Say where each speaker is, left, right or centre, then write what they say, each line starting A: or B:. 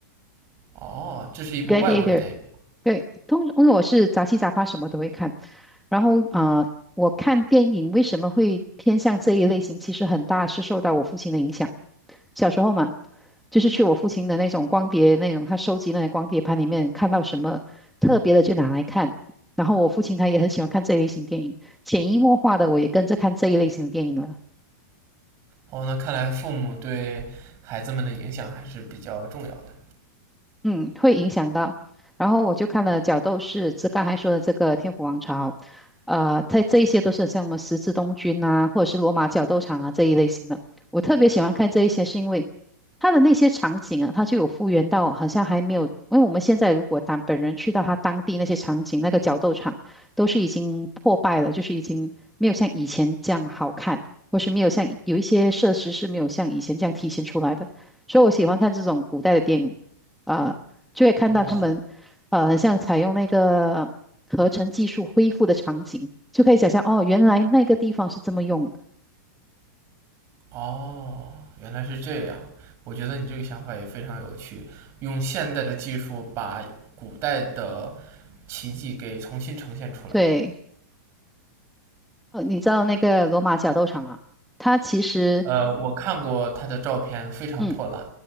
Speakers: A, on the right; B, in the centre.
A: 哦，这是一部外国的电影。
B: （Gladiator）。对，通因为我是杂七杂八什么都会看，然后啊、呃我看电影为什么会偏向这一类型？其实很大是受到我父亲的影响。小时候嘛，就是去我父亲的那种光碟，那种他收集那些光碟盘里面看到什么特别的就拿来看。然后我父亲他也很喜欢看这一类型电影，潜移默化的我也跟着看这一类型的电影了。
A: 哦，那看来父母对孩子们的影响还是比较重要的。
B: 嗯，会影响到。然后我就看了角斗士，这刚才说的这个天府王朝，呃，它这一些都是像我们十字东军啊，或者是罗马角斗场啊这一类型的。我特别喜欢看这一些，是因为它的那些场景啊，它就有复原到，好像还没有，因为我们现在如果当本人去到它当地那些场景，那个角斗场都是已经破败了，就是已经没有像以前这样好看，或是没有像有一些设施是没有像以前这样体现出来的。所以我喜欢看这种古代的电影。啊，就会看到他们呃，
A: 哦
B: 很像采用那个合成技术恢复的场景，就可以想象哦，原来那个地方是这么用的。
A: 哦，原来是这样。我觉得你这个想法也非常有趣，用现代的技术把古代的奇迹给重新呈现出来。
B: 对，呃，你知道那个罗马角斗场啊，它其实
A: 呃，我看过他的照片，非常破烂。
B: 嗯